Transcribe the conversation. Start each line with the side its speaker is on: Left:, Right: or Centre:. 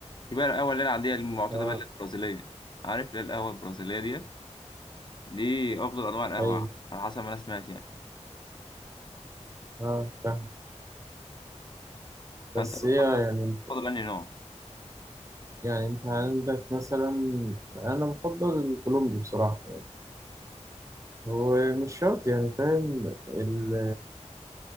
Left: في بقى القهوه اللي هي العاديه المعتاده
Right: اه
Left: بقى اللي هي البرازيليه عارف اللي هي القهوه البرازيليه ديت دي افضل انواع القهوه
Right: أي
Left: على حسب ما انا سمعت يعني
Right: اه فاهم
Left: فانت
Right: بس
Left: بتفضل
Right: هي يعني
Left: بتفضل انهي نوع
Right: يعني أنت عندك مثلا أنا بفضل الكولومبي بصراحة هو مش شرط يعني فاهم ال